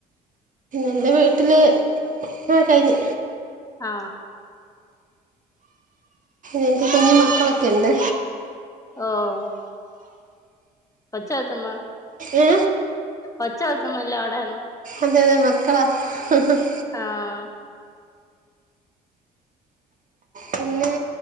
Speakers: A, on the right; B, on the left.
A: എന്റെ വീട്ടില് ആ കഴിഞ്ഞ്
B: ആ
A: എനിക്കൊക്കെ ആണെങ്കിൽ മക്കളൊക്കെ ഉണ്ട്
B: ഓഹ് ഒച്ചകേക്ക്ന്ന്
A: ഏ
B: ഒച്ച കേക്കുന്നല്ലോ അവിടേന്ന്
A: അതെതെ മക്കളാ <unintelligible>
B: ആഹ്
A: പിന്നെ